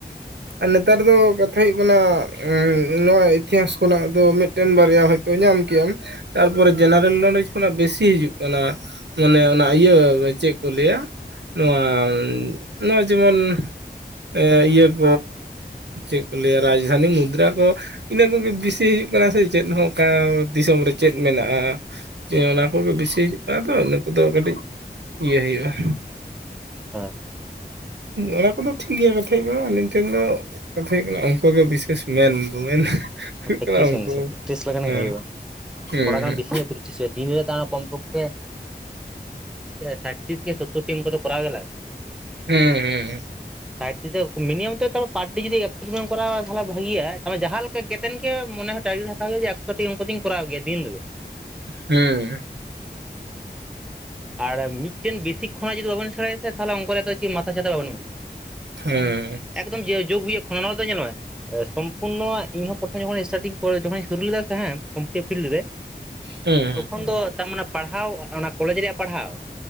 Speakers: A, on the right; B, in the centre.
A: ᱟᱨ ᱱᱮᱛᱟᱨ ᱫᱚ ᱠᱟᱛᱷᱟ ᱦᱩᱭᱩᱜ ᱠᱟᱱᱟ ᱱᱚᱣᱟ ᱤᱛᱤᱦᱟᱥ ᱠᱷᱚᱱᱟᱜ ᱫᱚ ᱢᱤᱫᱴᱮᱱ ᱵᱟᱨᱭᱟ ᱦᱚᱭ ᱛᱚ ᱧᱟᱢ ᱠᱮᱫᱮᱭᱟᱢ ᱛᱟᱨᱯᱚᱨᱮ ᱡᱮᱱᱟᱨᱮᱞ ᱱᱚᱞᱮᱡᱽ ᱠᱷᱚᱱᱟᱜ ᱵᱤᱥᱤ ᱦᱤᱡᱩᱜ ᱠᱟᱱᱟ ᱢᱟᱱᱮ ᱚᱱᱟ
B: ᱦᱮᱸ
A: ᱤᱭᱟᱹ ᱪᱮᱜ ᱠᱚ ᱞᱟᱹᱭᱟ ᱱᱚᱣᱟ ᱱᱚᱜᱼᱚᱭ ᱡᱮᱢᱚᱱ ᱮᱸ ᱤᱭᱟᱹ ᱟ ᱪᱮᱫ ᱠᱚ ᱞᱟᱹᱭᱟ ᱨᱟᱡᱽᱫᱷᱟᱱᱤ ᱢᱩᱫᱽᱨᱟ ᱠᱚ ᱤᱱᱟᱹ ᱠᱚᱜᱮ ᱵᱤᱥᱤ ᱦᱩᱭᱩᱜ ᱠᱟᱱᱟ ᱥᱮ ᱪᱮᱫ ᱦᱚᱸ ᱚᱠᱟ ᱫᱤᱥᱚᱢ ᱨᱮ ᱪᱮᱫ ᱢᱮᱱᱟᱜᱼᱟ᱾ ᱚᱱᱟ ᱠᱚᱜᱮ ᱵᱤᱥᱤ ᱦᱤᱡᱩᱜ ᱠᱟᱱᱟ ᱛᱚ ᱤᱱᱟᱹ ᱠᱚᱫᱚ ᱠᱟᱹᱴᱤᱡ ᱤᱭᱟᱹ ᱦᱩᱭᱩᱜᱼᱟ᱾
B: ᱦᱮᱸ
A: ᱚᱱᱟ ᱠᱚᱫᱚ ᱴᱷᱤᱠ ᱜᱮᱭᱟ ᱠᱟᱛᱷᱟ ᱦᱩᱭᱩᱜ ᱠᱟᱱᱟ ᱟᱹᱞᱤᱧ, ᱴᱷᱮᱱ ᱫᱚ ᱠᱟᱛᱷᱟ ᱦᱩᱭᱩᱜ ᱠᱟᱱᱟ ᱚᱱᱠᱟᱜᱮ ᱵᱤᱥᱮᱥ ᱢᱮᱱᱫᱚ ᱢᱮᱱ᱾ ᱦᱩᱭᱩᱜ
B: ᱯᱮᱠᱴᱤᱥ
A: ᱠᱟᱱᱟ ᱩᱱᱠᱩ
B: ᱵᱮᱱ ᱥᱮ ᱯᱮᱠᱴᱤᱥ ᱞᱮᱠᱷᱟᱱ
A: ᱦᱮᱸ
B: ᱜᱮ ᱦᱩᱭᱩᱜᱼᱟ
A: ᱦᱮᱸ
B: ᱛᱷᱚᱲᱟ ᱜᱟᱱ ᱵᱮᱥᱤ ᱧᱚᱜ ᱫᱤᱱ ᱨᱮ ᱛᱟᱣ ᱠᱚᱢ ᱯᱚᱠᱠᱷᱮ ᱥᱟᱴᱴᱤ ᱥᱮ ᱥᱳᱛᱛᱚᱨ ᱴᱤ ᱚᱝᱠᱚ ᱫᱚ ᱠᱚᱨᱟᱣ ᱜᱮ ᱞᱟᱜᱟᱜᱼᱟ᱾
A: ᱦᱮᱸ ᱦᱩᱸ ᱦᱩᱸ
B: ᱥᱟᱴᱴᱤᱫᱚ ᱢᱤᱱᱤᱢᱳᱢ ᱛᱟᱣ ᱯᱟᱨ ᱰᱮ ᱡᱩᱫᱤ ᱮᱠᱴᱩᱠᱩᱱᱮᱢ ᱠᱚᱨᱟᱣ-ᱟ ᱛᱟᱦᱚᱞᱮ ᱵᱷᱟᱜᱮ-ᱟ ᱢᱟᱱᱮ ᱡᱟᱦᱟᱸ ᱞᱮᱠᱟ ᱞᱮᱠᱟᱱ ᱜᱮ ᱢᱚᱱᱮ ᱦᱚ ᱢᱟᱨᱠᱮᱴ ᱦᱟᱛᱟᱣ ᱦᱩᱭᱩ-ᱟ ᱡᱮ ᱮᱠᱥᱚᱴᱤ ᱚᱝᱠᱚ ᱫᱚ ᱠᱚᱨᱟᱣ ᱜᱮᱭᱟ ᱫᱤᱱ ᱨᱮ᱾
A: ᱦᱮᱸ
B: ᱟᱨ ᱢᱤᱫᱴᱮᱱ ᱵᱮᱥᱤᱠ ᱠᱷᱚᱱᱟᱜ ᱡᱩᱫᱤ ᱵᱟᱵᱮᱱ ᱥᱮᱬᱟᱭᱟ ᱛᱟᱞᱦᱮ ᱚᱝᱠᱚᱨᱮᱱᱟᱜ ᱫᱚ ᱪᱮᱫ ᱢᱟᱛᱷᱟᱪᱷᱟᱛᱟ ᱵᱟᱵᱮᱱ ᱵᱩᱡᱷ-ᱟ᱾
A: ᱦᱮᱸ
B: ᱮᱠᱫᱚᱢ ᱡᱳᱜ ᱱᱤᱛᱳᱜ ᱠᱷᱚᱱ ᱱᱚᱣᱟᱫᱚ ᱫᱚ ᱧᱮᱞ ᱢᱮ, ᱥᱚᱢᱯᱩᱨᱱᱚ ᱤᱧᱦᱚᱸ ᱯᱨᱚᱛᱷᱚᱢ ᱡᱚᱠᱷᱚᱱ ᱥᱴᱟᱨᱴᱤᱝ ᱡᱚᱠᱷᱚᱱᱤᱧ ᱥᱩᱨᱩ ᱞᱮᱫᱟ ᱥᱮ ᱦᱮᱸ, ᱠᱚᱢᱯᱤᱴᱤᱵᱽ ᱯᱷᱤᱞᱰ ᱨᱮ
A: ᱦᱮᱸ
B: ᱛᱚᱠᱷᱚᱱ ᱫᱚ ᱛᱟᱨᱢᱟᱱᱮ ᱯᱟᱲᱦᱟᱣ ᱚᱱᱟ ᱠᱚᱞᱮᱡᱽ ᱨᱮᱭᱟᱜ ᱯᱟᱲᱦᱟᱣ,